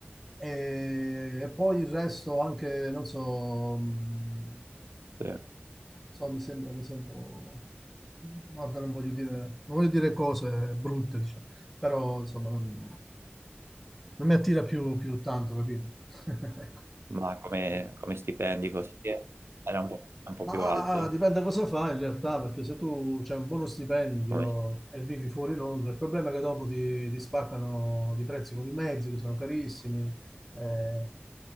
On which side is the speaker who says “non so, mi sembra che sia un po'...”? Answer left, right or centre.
Centre